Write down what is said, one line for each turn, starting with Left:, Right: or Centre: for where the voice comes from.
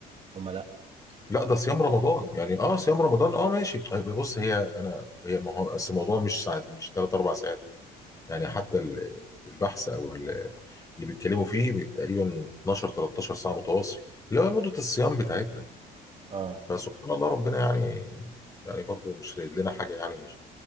Right: هما لا
Left: لا ده صيام رمضان يعني اه صيام رمضان اه ماشي طيب بص هي انا هي ما هو اصل الموضوع مش ساعات مش ثلاث اربع ساعات يعني حتى ال- البحث او ال- اللي بيتكلموا فيه تقريبا 12 13 ساعه متواصل اللي هو مده الصيام بتاعتنا
Right: اه
Left: فسبحان الله ربنا يعني يعني برضو مش رايد لنا حاجه يعني مش